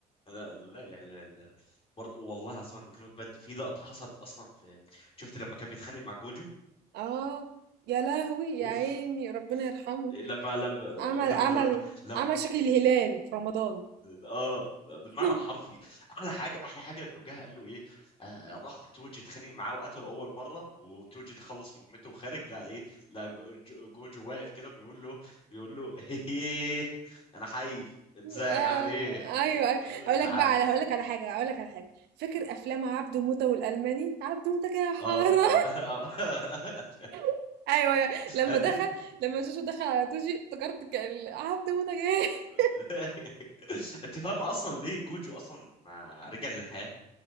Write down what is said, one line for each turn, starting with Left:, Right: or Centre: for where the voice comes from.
Left: لا لا لا لا, لا. برضه والله العظيم انا بكلمك بجد في لقطه حصلت اصلا في شفت لما كان بيتخانق مع جوجو
Right: اه يا لهوي يا
Left: اوف
Right: عيني ربنا يرحمه
Left: لما لما
Right: عمل
Left: لما
Right: عمل
Left: لما لما
Right: عمل شكل الهلال في رمضان
Left: اه بالمعنى
Right: <laughs>
Left: الحرفي احلى حاجه احلى حاجه انه جه قال له ايه آه راح توجي اتخانق معاه وقتله اول مره وتوجي خلص مهمته وخارج لا ايه لا جو- جو- جوجو واقف كده بيقول له بيقول له <laughs> هيه انا حي ازيك
Right: آه
Left: عامل ايه آه
Right: ايوه ايوه اقول
Left: تعالى
Right: لك بقى على هقول لك على حاجه اقول لك على حاجه فاكر افلام عبده موته والالماني عبده موته كده حاره
Left: اه آه، آه. <laughs>
Right: <laughs> ايوه يا- لما
Left: انت
Right: دخل لما جوجو دخل على توجي افتكرت كان عبده موته جاي
Left: <laughs>
Right: <laughs>
Left: انت فاهم اصلا ليه جوجو اصلا آه، رجع للحياه